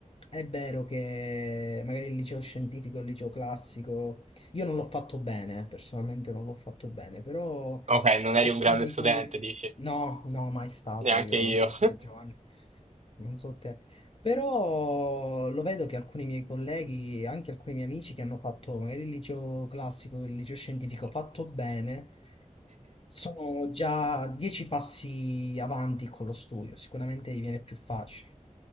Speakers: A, on the left; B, on the right.
A: è vero che magari il liceo scientifico, il liceo classico, io non l'ho fatto bene, eh, personalmente non l'ho fatto bene, però
B: ok, non
A: alcuni
B: eri un grande studente,
A: colleghi...
B: dici?
A: No, no, mai stato
B: Neanche
A: io,
B: io.
A: non so te, Giovanni. Non so te. Però lo vedo che alcuni miei colleghi, anche alcuni miei amici che hanno fatto magari il liceo classico, il liceo scientifico
B: <laughs>
A: fatto bene, sono già dieci passi avanti con lo studio. Sicuramente gli viene più facile,